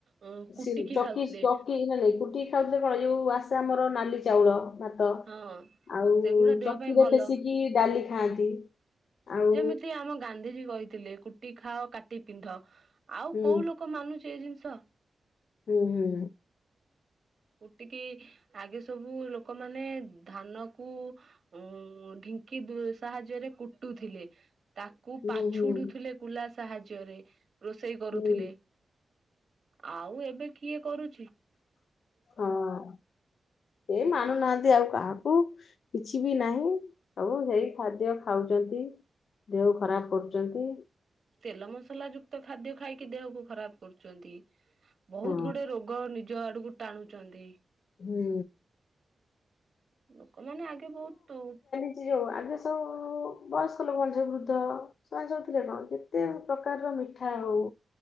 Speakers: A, on the right; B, on the left.
A: ଅ କୁଟିକି
B: ସେ ଚକି
A: ଖାଉଥିଲେ।
B: ଚକି ନାଇଁ କୁଟିକି ଖାଉଥିଲେ କଣ, ଏଯୋଉ ଆସେ ଆମର ନାଲି ଚାଉଳ ଭାତ
A: ହଁ।
B: ଆଉ
A: ସେଗୁଡା ଦେହ
B: ଚକିରେ
A: ପାଇଁ ଭଲ
B: ପେସିକି ଡା଼ଲି ଖାଆନ୍ତି। ଆଉ
A: ଯେମିତି ଆମ ଗାନ୍ଧିଜୀ କହିଥିଲେ କୁ ଟିକେ ଖାଅ କାଟି ପିନ୍ଧ। ଆଉ
B: ହୁଁ
A: କୋଉ ଲୋକ ମାନୁଚି ଏ ଜିନିଷ।
B: ହୁଁ ହୁଁ।
A: କୁଟିକି ଆଗେ ସବୁ ଲୋକମାନେ ଧାନକୁ ଉ ଢି଼ଙ୍କି ଦୁ‌ ସାହାଯ୍ୟରେ କୁ ଟୁଥିଲେ ତାକୁ
B: ହୁଁ
A: ପାଛୁଡ଼ୁଥୁଲେ
B: ହୁଁ
A: କୁଲା ସାହାଯ୍ୟରେ ରୋଷେଇ କରୁଥିଲେ।
B: ହୁଁ
A: ଆଉ ଏବେ କିଏ କରୁ
B: ହଁ କେହି ମାନୁନାହାନ୍ତି ଆଉ କାହାକୁ। କିଛି ବି ନାହିଁ। ସବୁ ସେଇ ଖାଦ୍ୟ ଖାଉଚନ୍ତି। ଦେହ ଖରାପ କରୁଚନ୍ତି।
A: ତେଲ ମସଲା ଯୁକ୍ତ ଖାଦ୍ୟ ଖାଇକି ଦେହକୁ ଖରାପ କରୁଚନ୍ତି। ବହୁତ
B: ହଁ
A: ଗୁଡେ ରୋଗ ନିଜ ଆଡକୁ ଟାଣୁଚନ୍ତି।
B: ହୁଁ।
A: ଲୋକମାନେ ଆଗେ ବହୁତ
B: ଯ ଯୋଉ ଆଗେ ସବୁ ବୟସ୍କ ଲୋକମାନେ ସବୁ ବୃଦ୍ଧ ଶୁଣ ଯାଉଥିଲେ କଣ କେତେ ପ୍ରକାରର ମିଠା ହଉ।